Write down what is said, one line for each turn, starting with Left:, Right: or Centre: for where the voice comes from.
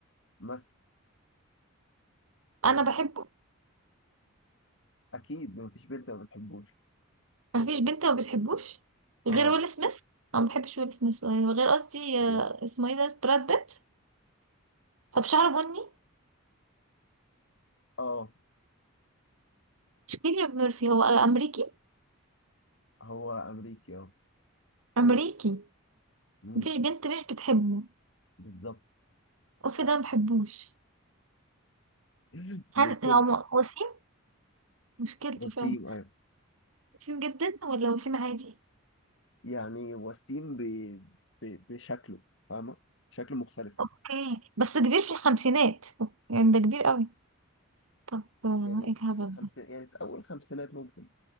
Left: مثلا
Right: انا بحبه
Left: أكيد مفيش بنت ما بتحبوش
Right: مفيش بنت ما بتحبوش غير
Left: اه
Right: ويل سميث انا ما بحبش ويل سميث يعني غير قصدي آه،
Left: يعني
Right: اسمه ايه ده براد بيت طب شعره بني
Left: اه
Right: كيليان ميرفي هو امريكي
Left: هو أمريكي اه
Right: امريكي
Left: مم،
Right: مفيش بنت مش بتحبه
Left: بالظبط
Right: اوف ده ما بحبوش
Left: <laughs> مشكلة
Right: هن... هو م- وسيم مشكلتي
Left: وسيم
Right: فعلا
Left: أيوه
Right: وسيم جدا ولا وسيم عادي
Left: يعني وسيم ب... ب... بشكله فاهمة شكله مختلف
Right: اوكي بس كبير في الخمسينات يعني ده كبير قوي طب آه،
Left: يعني
Right: ايه الهبل
Left: مش في الخمسين
Right: ده
Left: يعني في أول خمسينات ممكن